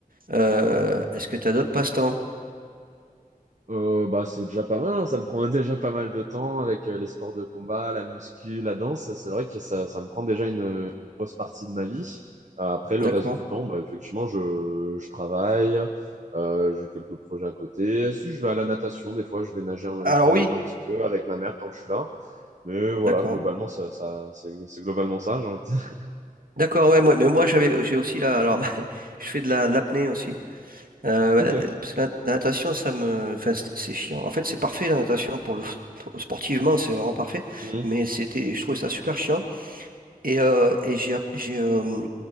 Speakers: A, on the right; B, on the right.
A: euh, est-ce que tu as d'autres passe-temps?
B: Euh, bah, c'est déjà pas mal, hein. Ça me prend <laughs> déjà pas mal de temps avec euh, les sports de combat, la muscu, la danse. C'est vrai que ça, ça me prend déjà une, une grosse partie de ma vie. Euh, après, le
A: D'accord.
B: reste du temps, bah, effectivement, je, je travaille, euh, j'ai quelques projets à côté. Si je vais à la natation, des fois, je vais nager, un-
A: Alors
B: je vais
A: oui,
B: nager un petit peu avec ma mère tant que je suis là. Mais voilà,
A: d'accord.
B: globalement, ça, ça, c'est, c'est globalement ça, j'ai envie de dire.
A: D'accord, ouais, moi, mais moi j'avais j'ai aussi la alors <laughs> je fais de la de l'apnée aussi. Euh, ouais,
B: <laughs> Ok.
A: parce que la, la natation ça me enfin c'est c'est chiant. En fait, c'est parfait la natation pour le pour- sportivement, c'est vraiment parfait,
B: Mhm.
A: mais c'était je trouvais ça super chiant Et, euh, et j'ai, app- j'ai, euh,